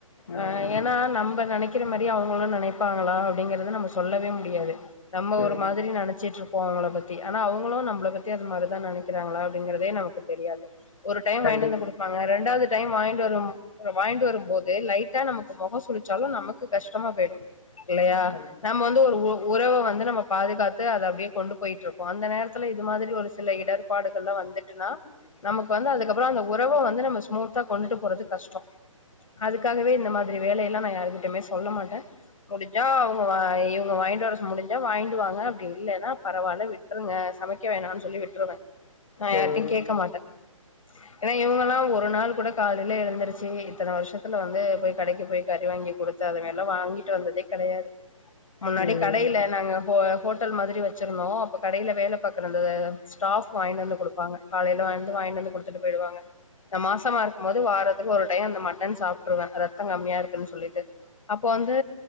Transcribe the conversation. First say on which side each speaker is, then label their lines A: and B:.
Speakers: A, on the left; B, on the left.
A: ம்.
B: அ ஏன்னா நம்ம நெனைக்கிற மாரி அவங்களு நெனைப்பாங்களா அப்டிங்கறத நம்ம சொல்லவே முடியாது நம்ம ஒரு
A: ம்.
B: மாதிரி நெனைச்சிட்டு இருப் போ அவங்கள பத்தி ஆனா அவங்களு நம்மள பத்தி அது மாரிதா நெனைக்கிறாங்களா அப்டிங்கிறதே நமக்கு தெரியாது ஒரு டைம் வாங்கிட்டு
A: கண்டிப்பா.
B: வந்து குடுப்பாங்க ரெண்டாவது டைம் வாங்கிட்டு வரு அத வாங்கிட்டு வரு போது லைட்டா நமக்கு முகம் சுளிச்சாலு நமக்கு கஷ்டமா போய்டு இல்லயா
A: கண்டிப்பா.
B: நம்ம வந்து ஒரு உ உறவ வந்து நம்ம பாதுகாத்து அத அப்டியே கொண்டு போய்ட்டுருப்போ அந்த நேரத்தில இது மாதிரி ஒரு சில இடர் பாடுகள்ல்லா வந்துட்டுனா நமக்கு வந்து அதுக்கப்பற அந்த உறவ வந்து நம்ம ஸ்மூத்தா கொண்டுட்டு போறது கஷ்டோ அதுக்காகவே இந்த மாதிரி வேலையெல்லா நா யாருகிட்டயுமே சொல்ல மாட்டே முடிஞ்சா அவுங் க வாய் இவுங்க வாங்கிட்டு வர சொ முடிஞ்சா வாங்கிட்டுவாங்க அப்டி இல்லனா பரவால்ல விட்டுருங்க சமைக்க வேணானு சொல்லி விட் ருவே நா
A: ம்.
B: யார்ட்டையு கேட்க மாட்டே ஏனா இவுங்கல்லா ஒரு நாள் கூட காலேல எழுந்துருச்சு இத்தன வருஷத்துல வந்து போய் கடைக்கு போய் கறி வாங்கி குடுத் ததுமில்ல வாங்கிட்டு வந்ததே கெடையாது முன்னாடி
A: ம்.
B: கடேல நாங்க ஹோ ஹோட்டல் மாதிரி வச்சிருந்தோ அப்ப கடேல வேல பாக்குற அந்த ஸ்டாஃப் வாயினு வந்து குடுப்பாங்க காலேல வந்து வாய்யினு வந்து குடுத்துட்டு போயிடுவாங்க நா மாசமா இருக்குபோது வாரத்துக்கு ஒரு டைம் இந்த மட்டன் சாப்டுருவே ரத்த கம்மியா இருக்குன் சொல்லிட்டு அப்போ வந்து